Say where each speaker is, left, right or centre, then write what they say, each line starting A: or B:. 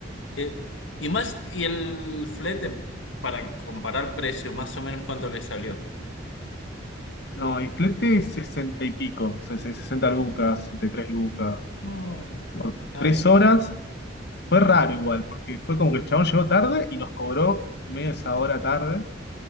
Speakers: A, on the left; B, on the left.
A: Eh, y más, y el flete, para comparar precio, más o menos cuánto le salió.
B: no, Isplete 60 y pico, ses- 60 lucas, 63 lucas,
A: No,
B: por
A: ¿sabe?
B: tres horas Fue raro igual, porque fue como que el chabón llegó tarde y nos cobró media esa hora tarde.